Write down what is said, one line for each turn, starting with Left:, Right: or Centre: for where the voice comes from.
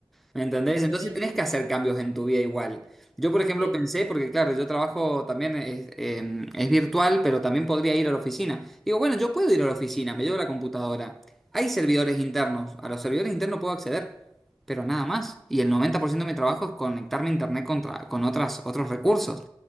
Centre: ¿Me entendés?
Right: es un problema.
Centre: Entonces tenés que hacer cambios en tu vida igual. Yo, por ejemplo,
Right: Sí.
Centre: pensé, porque claro, yo trabajo también, es, eh, em, es virtual, pero también podría ir a la oficina. Digo, bueno, yo puedo ir a la oficina, me llevo la computadora. Hay servidores internos, a los servidores internos puedo acceder, pero nada más. Y el 90% de mi trabajo es conectarme a internet contra, con otras, otros recursos.